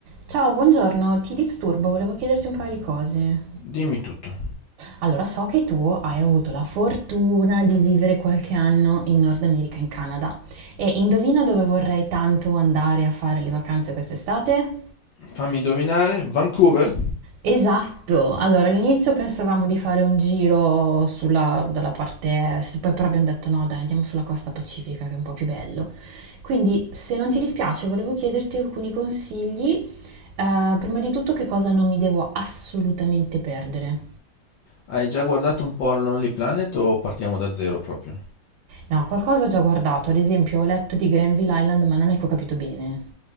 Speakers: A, on the right; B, on the left.
A: Ciao, buongiorno, ti disturbo, volevo chiederti un paio di cose.
B: Dimmi tutto.
A: Allora, so che tu hai avuto la fortuna di vivere qualche anno in Nord America, in Canada, e indovina dove vorrei tanto andare a fare le vacanze quest'estate?
B: Fammi indovinare, Vancouver?
A: Esatto, allora all'inizio pensavamo di fare un giro sulla, dalla parte est, poi però abbiamo detto no, dai, andiamo sulla costa pacifica che è un po' più bello. Quindi, se non ti dispiace, volevo chiederti alcuni consigli. Eh, prima di tutto, che cosa non mi devo assolutamente perdere?
B: Hai già guardato un po' al Lonely Planet o partiamo da zero proprio?
A: No, qualcosa ho già guardato, ad esempio ho letto di Granville Island, ma non è che ho capito bene.